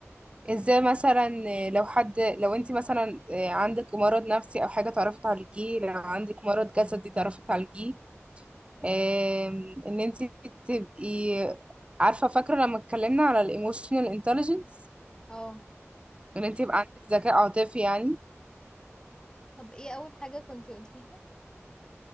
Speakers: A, on the right; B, on the left.
A: ازاي مثلا لو حد لو انت مثلا آه، عندك مرض نفسي او حاجه تعرفي تعالجيه لو عندك مرض جسدي تعرفي تعالجيه آم، ان انت تبقي عارفه فاكره لما اتكلمنا على الايموشنال انتليجنس
B: اه
A: ان انت يبقى عندك ذكاء عاطفي يعني
B: طب ايه اول حاجة كنتي قلتيها